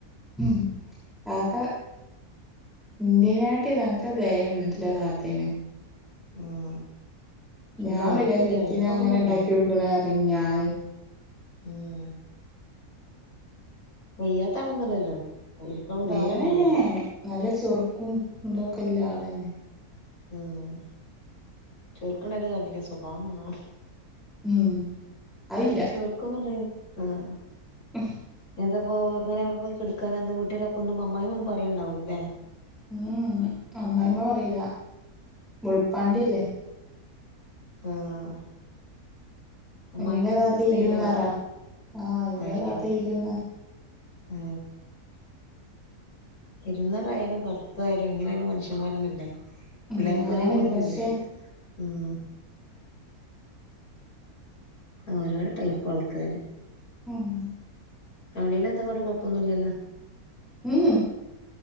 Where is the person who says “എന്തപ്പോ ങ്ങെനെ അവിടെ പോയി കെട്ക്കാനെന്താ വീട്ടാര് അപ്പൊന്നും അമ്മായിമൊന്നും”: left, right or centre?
Left